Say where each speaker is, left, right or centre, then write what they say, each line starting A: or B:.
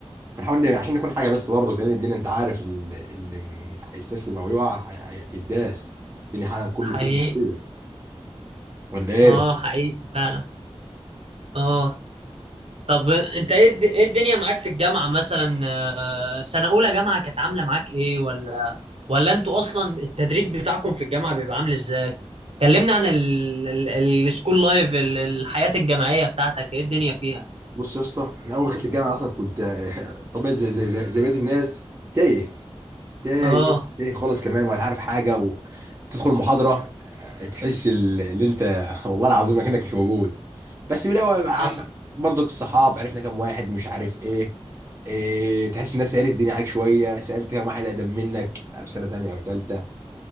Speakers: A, on the right (about 25°); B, on the right (about 60°).
A: بنحاول ن- عشان نكون حاجه بس برضه لان الدنيا انت عارف اللي, اللي هيستسلم او يقع هي- هي- هيداس الدنيا حالا كله
B: حقيقي
A: كله كتير ولا ايه؟
B: اه حقيقي فعلا اه طب انت ايه الد- ايه الدنيا معاك في الجامعة مثلا آه، سنة اولى جامعة كانت عاملة معاك ايه ولا ولا انتوا اصلا التدريج بتاعكم في الجامعة بيبقى عامل ازاي كلمنا عن ال- ال- ال- السكول لايف ال- الحياة الجامعية بتاعتك ايه الدنيا فيها
A: بص يا اسطى انا اول ما دخلت الجامعه اصلا كنت آه، <laughs> طبيعي زي زي زي, زي بقيه الناس تايه تايه
B: اه
A: تايه خالص كمان ولا عارف حاجه وتدخل المحاضره آه، تحس ال- اللي انت <laughs> والله العظيم انك مش موجود بس بالاول ع-
B: حصل
A: برضك الصحاب عرفنا كام واحد مش عارف ايه, إيه تحس الناس سالت الدنيا عليك شويه سالت كام واحد اقدم منك آه، في سنه تانيه او تالته